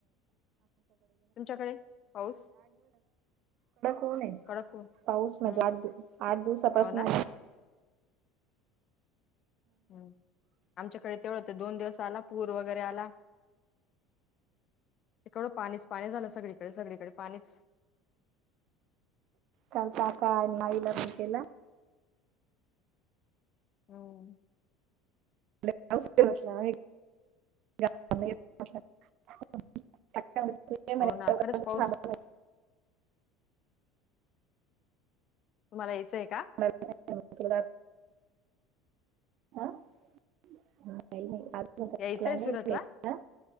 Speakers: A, on the left (about 40°); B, on the right (about 55°).
A: तुमच्याकडे पाऊस
B: ऊन ये,
A: कडक ऊन
B: पाऊस म्हणजे
A: हम्म
B: आठ आठ दिवसापासन.
A: हो ना हम्. आमच्याकडे तेवढं, दोन दिवस आला पूर वगैरे आला. तिकडं पाणीच पाणी झालं सगळीकडे सगळीकडे पाणीच
B: काल काका आणि आईला फोन केला.
A: हम्म.
B: <unintelligible> <unintelligible>
A: हो ना खरंच पाऊस तुम्हाला यायचंय का?
B: <unintelligible> का हम्म नाही नाही आज <unintelligible>
A: यायचंय
B: प्लॅन
A: सुरतला
B: नाहीये. आं